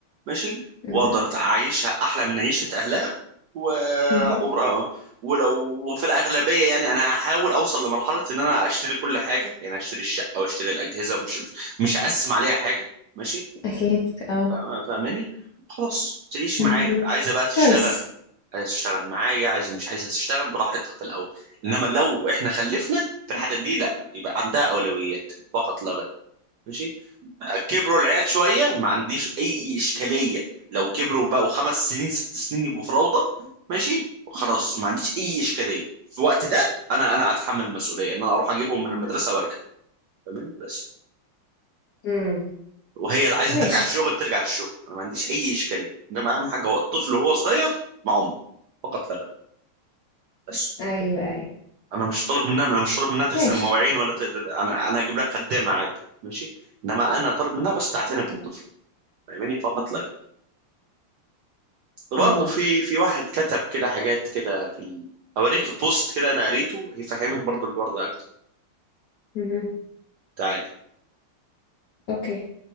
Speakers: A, on the right; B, on the left.
A: ماشي
B: مم.
A: واقدر اعيشها احلى من عيشه اهلها وعمر
B: مهم.
A: ولو في الاغلبيه يعني انا هحاول اوصل لمرحله ان انا اشتري كل حاجه يعني اشتري الشقه واشتري الاجهزه مش مش مش هقسم عليها حاجه ماشي
B: اكيد اه
A: فاهم- فاهماني خلاص تعيش
B: مهم.
A: معايا عايزه بقى تشتغل
B: كويس
A: عايزه تشتغل معايا عايزه مش عايزه تشتغل براحتك في الاول انما لو احنا خلفنا في الحاله دي لا يبقى عندها اولويات فقط لا غير ماشي كبروا العيال شويه ما عنديش اي اشكاليه لو كبروا بقوا خمس سنين ست سنين يبقوا في روضه ماشي خلاص ما عنديش اي اشكاليه في الوقت ده انا انا اتحمل المسؤوليه ان انا اروح اجيبهم من المدرسه وارجع تمام بس
B: مم.
A: وهي عايزه
B: ماشي
A: ترجع الشغل ترجع الشغل انا ما عنديش اي اشكاليه انما اهم حاجه هو الطفل وهو صغير مع امه فقط لا غير بس
B: أيوه، أيوه،
A: انا مش طالب منها انا مش طالب منها تغسل
B: ماشي
A: المواعين ولا ت... انا انا هجيب لها خدامه عادي ماشي انما انا طالب منها بس تعتني بالطفل
B: الله،
A: فاهماني فقط لا غير
B: الله،
A: برضه في في واحد كتب كده حاجات كده في ال... اوريك بوست كده انا قريته هيفهمك برضه الحوار ده اكتر
B: اهم،
A: تعالي
B: أوكي.